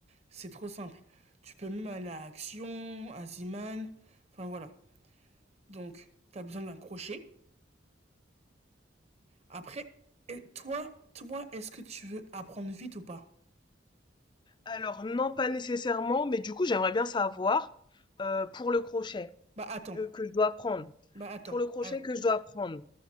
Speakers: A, on the right; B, on the left.
A: c'est trop simple. Tu peux même aller à Action, à Ziman, enfin voilà. Donc, tu as besoin d'un crochet. Après, et toi, toi, est-ce que tu veux apprendre vite ou pas
B: Alors non, pas nécessairement, mais du coup j'aimerais bien savoir euh, pour le crochet
A: Bah attends,
B: euh, que je dois apprendre.
A: bah attends.
B: Pour le crochet
A: Alors,
B: que je dois apprendre.